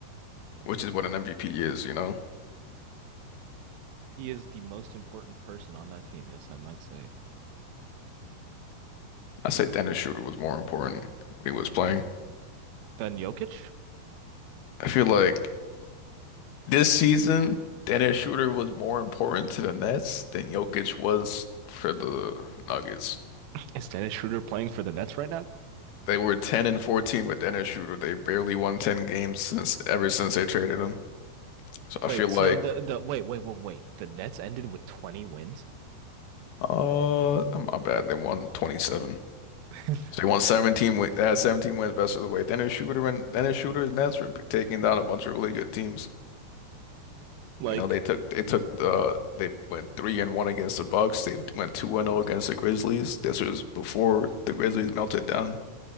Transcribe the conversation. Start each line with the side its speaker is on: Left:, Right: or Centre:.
Left: which is what an MVP is, you know.
Right: He is the most important person on that team, yes, I might say.
Left: I say Dennis Schroeder was more important when he was playing.
Right: Then Jokic?
Left: I feel like This season, Dennis Schroeder was more important to the Nets than Jokic was for the Nuggets.
Right: Is Dennis Schroeder playing for the Nets right now?
Left: They were 10 and 14 with Dennis Schroeder. They barely won 10 games since ever since they traded him. So
Right: Wait,
Left: I feel like
Right: so the the wait, wait, wait, wait. The Nets ended with 20 wins?
Left: uh my bad. They won 27.
Right: <laughs>
Left: So they won 17 wins. They had 17 wins best of the way. Dennis Schroeder and Dennis Schroeder's Nets were taking down a bunch of really good teams.
Right: Like,
Left: You know, they took they took the they went three and one against the Bucks. They went two and zero against the Grizzlies. This was before the Grizzlies melted down.